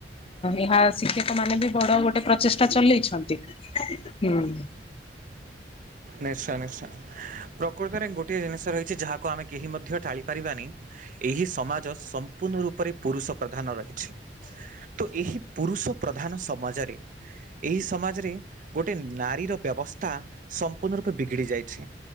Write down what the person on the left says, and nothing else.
ଏହା ଶିକ୍ଷକ ମାନେ ବି ବଡ ଗୋଟେ ପ୍ରଚେଷ୍ଟା ଚଲେଇଛନ୍ତି। ହୁଁ।